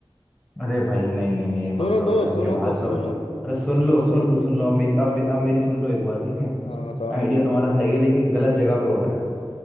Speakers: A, in the centre; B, on the left (about 80°).
A: अरे भाई नहीं नहीं नहीं
B: सुनो
A: ये मत करो
B: तो
A: घर
B: सुनो
A: के बाहर
B: तो
A: तो
B: सुनो
A: अरे सुन
B: सुनो
A: लो सुन
B: तो
A: लो सुन लो अब मेरी अब, मे- अब मेरी सुन लो एक बार ठीक है
B: हाँ बताओ
A: आइडिया तुम्हारा सही है लेकिन गलत जगह पे हो रहा है